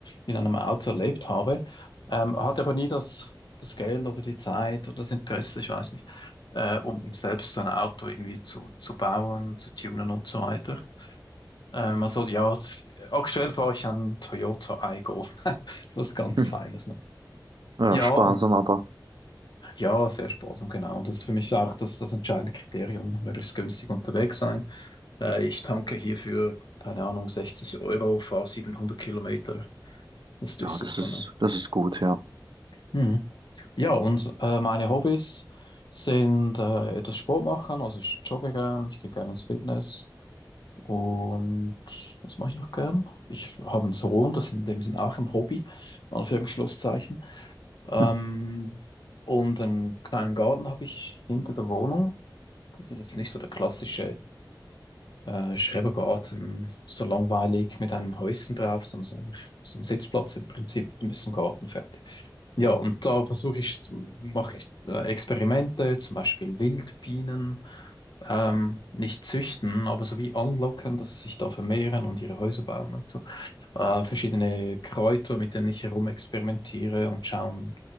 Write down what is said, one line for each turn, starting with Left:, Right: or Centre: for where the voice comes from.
Left: in einem Auto erlebt habe. Ähm, hatte aber nie das, das Geld oder die Zeit oder das Interesse, ich weiß nicht, äh, um, um selbst so ein Auto irgendwie zu, zu bauen, zu tunen und so weiter. Ähm, also ja, s- aktuell fahre ich einen Toyota Aygo, <laughs> so was ganz
Right: Hm.
Left: Kleines. Ne?
Right: Ja,
Left: Ja,
Right: sparsam,
Left: und
Right: aber
Left: ja, sehr sparsam, genau. Das ist für mich auch das, das entscheidende Kriterium, möglichst günstig unterwegs sein. Äh, ich tanke hierfür, keine Ahnung, 60 Euro, fahre 700 Kilometer. Das ist natürlich
Right: ja,
Left: super,
Right: das ist,
Left: ne?
Right: das ist gut, ja.
Left: Mhm. Ja, und äh, meine Hobbys sind äh, etwas Sport machen, also ich jogge gern, ich gehe gerne ins Fitness und was mache ich noch gern? Ich habe einen Sohn, das ist in dem Sinn auch ein Hobby, in Anführungsschlusszeichen. Ähm,
Right: Hm.
Left: und einen kleinen Garten habe ich hinter der Wohnung. Das ist jetzt nicht so der klassische äh, Schrebergarten, so langweilig mit einem Häuschen drauf, sondern so ein, so ein Sitzplatz im Prinzip mit ein bisschen Garten fertig. Ja, und da versuche ich, mache ich äh, Experimente, zum Beispiel Wildbienen, ähm, nicht züchten, aber so wie anlocken, dass sie sich da vermehren und ihre Häuser bauen und so. Äh, verschiedene Kräuter, mit denen ich herumexperimentiere und schauen,